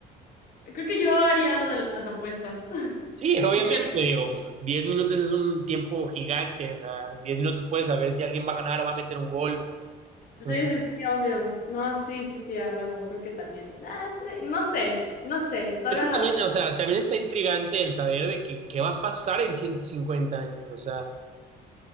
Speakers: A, on the left; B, on the right.
A: Creo que yo haría lo de las apuestas. <laughs>
B: Sí, obviamente,
A: De que
B: digo, pues 10 minutos es un tiempo gigante, o sea, en 10 minutos puedes saber si alguien va a ganar, va a meter un gol.
A: sí,
B: Entonces,
A: sí, sí, obvio. No, sí, sí, sí, a huevo. Creo que también. Ah, sí. No sé, no sé. Todavía
B: es que
A: la
B: también,
A: duda.
B: o sea, también está intrigante el saber de que, qué va a pasar en 150 años, o sea,